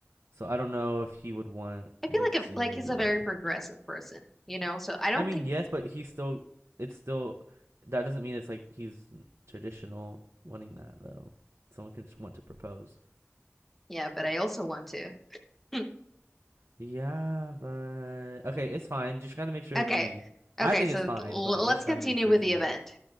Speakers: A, on the right (about 60°); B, in the centre.
A: So I don't know if he would want
B: I
A: you
B: feel like a,
A: to.
B: like he's a very progressive person, you know? So I don't
A: I mean,
B: think,
A: yes, but he's still. It's still. That doesn't mean it's like he's traditional wanting that though. Someone could just want to propose.
B: yeah, but I also want to. <laughs>
A: Yeah, but okay, it's fine. You just gotta make sure
B: Okay.
A: he.
B: Okay,
A: I think
B: so
A: it's fine,
B: l
A: but you
B: let's
A: just
B: continue
A: gotta make sure
B: with
A: he.
B: the event.
A: <laughs>